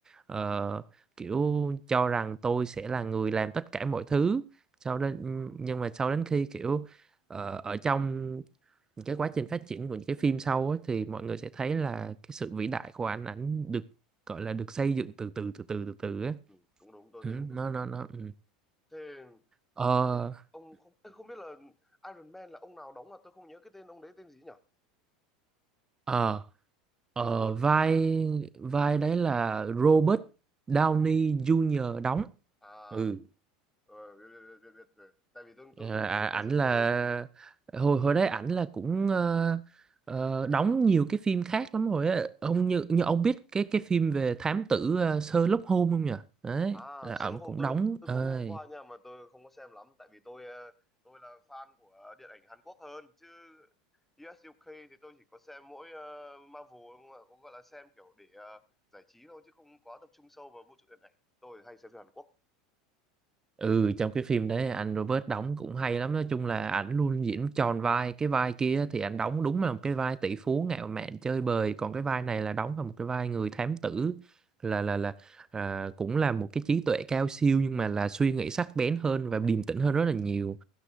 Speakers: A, on the right; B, in the centre.
A: Ờ, kiểu cho rằng tôi sẽ là người làm tất cả mọi thứ sau đó nhưng mà sau đến khi kiểu ờ, ở trong những cái quá trình phát triển của những cái phim sau á, thì mọi người sẽ thấy là cái sự vĩ đại của ảnh ảnh được gọi là được xây dựng từ từ từ từ từ từ á
B: Ừ, cũng đúng, tôi
A: ừ,
B: thấy cũng hợp
A: nó
B: lý.
A: nó nó ừ.
B: Thế,
A: Ờ,
B: thế ông không không biết là Iron Man là ông nào đóng mà tôi không nhớ cái tên ông đấy tên gì nhỉ?
A: Ờ, ờ,
B: Robert
A: vai vai đấy là Robert Downey Jr. đóng.
B: à
A: ừ
B: ờ, biết, biết, biết, biết, biết. tại vì tôi tôi
A: Ờ,
B: cũng
A: À,
B: nhớ
A: ảnh
B: tên sơ
A: là
B: sơ
A: hồi hồi đấy ảnh là cũng ờ, ờ, đóng nhiều cái phim khác lắm rồi á. Ông như như ông biết cái cái phim về thám tử ờ, Sherlock Holmes không nhỉ? Đấy,
B: à
A: là
B: Sherlock
A: ông
B: Holmes
A: cũng
B: tôi
A: đóng.
B: tôi
A: Ờ,
B: có nghe qua nhưng mà tôi không có xem lắm tại vì tôi ờ, tôi là fan của ờ, điện ảnh Hàn Quốc hơn chứ US UK thì tôi chỉ có xem mỗi ờ, Marvel không ạ? cũng gọi là xem kiểu để ờ, giải trí thôi chứ không quá tập trung sâu vào vũ trụ điện ảnh tôi hay xem phim Hàn Quốc
A: Ừ, trong cái phim đấy anh Robert đóng cũng hay lắm, nói chung là ảnh luôn diễn tròn vai, cái vai kia thì ảnh đóng đúng là một cái vai tỷ phú ngạo mạn chơi bời, còn cái vai này là đóng là một cái vai người thám tử là là là à, cũng là một cái trí tuệ cao siêu nhưng mà là suy nghĩ sắc bén hơn và điềm tĩnh hơn rất là nhiều.